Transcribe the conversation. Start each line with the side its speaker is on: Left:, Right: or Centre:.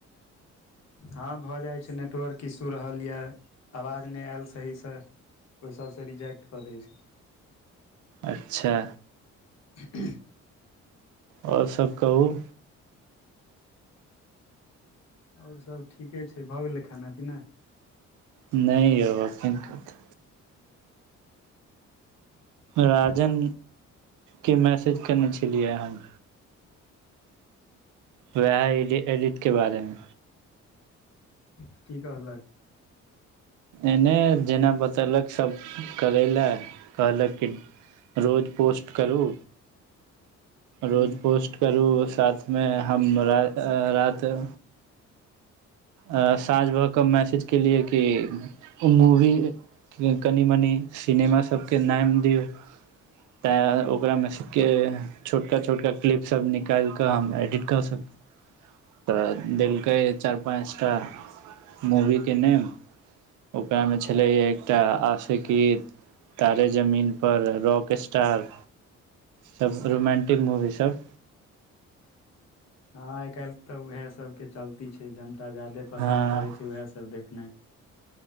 Left: हँ भऽ जाइत छै नेटवर्क इश्यू रहल यए आवाज नहि आयल सहीसँ ओहि सभसँ रिजेक्ट कऽ दै छै
Right: अच्छा
Left: ह <inaudible>
Right: और सब कहू
Left: और सब ठीके छै भऽ गेलै खाना पीना
Right: नहि यौ अखन कत राजन
Left: तब
Right: के मैसेज कयने छलियै हन वाइह एडिटके बारे मे
Left: की कहलक
Right: एने जेना बत बतेलक सब करै लए कहलक कि रोज पोस्ट करू
Left: हूँ
Right: रोज पोस्ट करू साथ मे हमअ र रति अ साँझ भ कऽ मैसेज केलियै कि मूवी कनि मनि सिनेमा सबके नाम दियौ तैँ ओकरा मे से के छोटका छोटका क्लिप सब निकालिकऽ हम एडिट कऽ सकहु तऽ देलकै चार पाँच टा मूवीके नेम ओकरामे छलैय एकटा आशिकी तारे जमीन पर रॉक स्टार सब रोमंटिक मूवी सब
Left: हँं आइ काल्हि तऽ उएह सब के चलती छै जनता जाादे पसंन्द
Right: हँ
Left: करे छै उएह सब देख नय